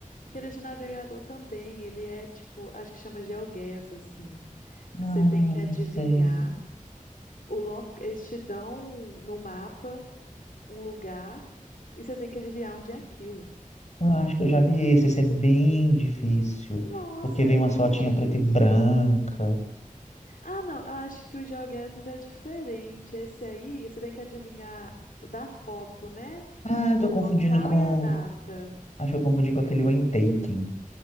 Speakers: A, on the left (about 75°); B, on the left (about 55°).
A: que ele é de navegador também. Ele é tipo, acho que chama GeoGuess, assim.
B: Ah,
A: Que você tem
B: não
A: que adivinhar
B: sei.
A: o local. Eles te dão no mapa. um lugar e você tem que adivinhar onde é aquilo.
B: Eu acho que eu já vi esse. Esse é bem difícil.
A: Nossa,
B: Porque vem
A: é muito
B: uma fotinha
A: difícil.
B: preta e branca.
A: Ah, não, eu acho que o GeoGuessr ainda é diferente. Esse aí, você tem que adivinhar da foto, né?
B: Ah, eu
A: O
B: tô
A: local
B: confundindo com.
A: e a data.
B: Acho que eu confundi com aquele When Taken.